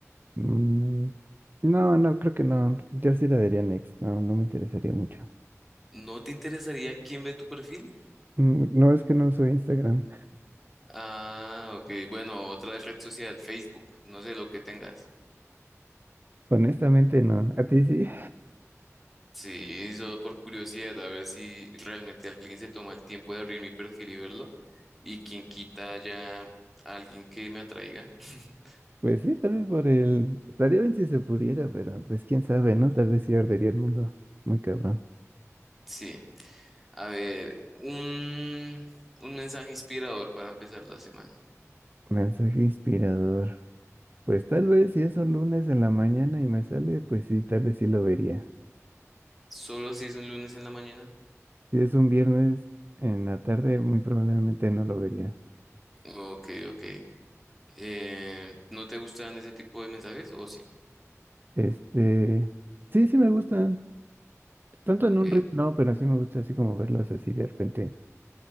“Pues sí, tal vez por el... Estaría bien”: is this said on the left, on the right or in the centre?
Right